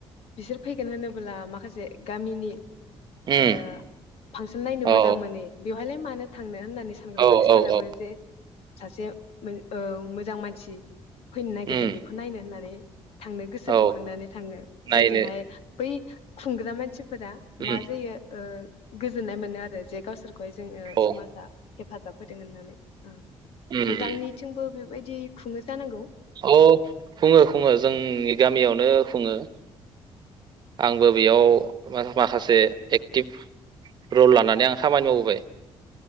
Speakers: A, on the left; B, on the right.
A: बिसोर फैगोन होनोब्ला माखासे गामिनि
B: उम
A: ओ फांसन नायनो
B: औ
A: मोजां मोनो बेवहायलाय मानो थांनो? होननानै सानग्रा
B: औ
A: मानसिफोराबो
B: औ औ
A: जे सासे ओ मोजां मानसि फैनो नागिरदों
B: उम
A: बेखौ नायनो होननानै थांनो गोसो
B: औ
A: दुंखांनानै थाङो
B: नायनो
A: जायजोंहाय बै खुंग्रा मानसि फोरा
B: उम
A: माजायो ओ गोजोन्नाय मोनो आरो जे गावसोरखौ बै जोङो
B: औ
A: समाजा हेफाजाब होदों होननानै ओं
B: उम
A: नोंथांनिथिंबो बेबायदि बिदि खुङो जानांगौ
B: औ खुङो खुङो जोंनि गामियावनो खुङो। आंबो बेयाव माखासे एक्टिभ रल लानानै आं खामानि मावबोबाय।